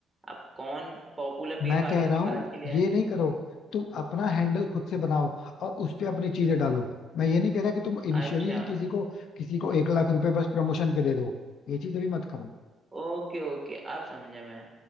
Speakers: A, on the right (about 20°); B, on the left (about 70°).
A: अब कौन पॉपुलर बेफालतू
B: मैं कह रहा
A: की
B: हूँ
A: बात के लिए
B: ये
A: है
B: नहीं करो तुम अपना हैंडल खुद से बनाओ और उस पे अपनी चीजें डालो मैं ये नहीं कह रहा कि तुम इनिशियली
A: अच्छा
B: ही किसी को किसी को एक लाख रुपए बस प्रमोशन के दे दो ये चीज अभी मत करो
A: ओके ओके अब समझा मैं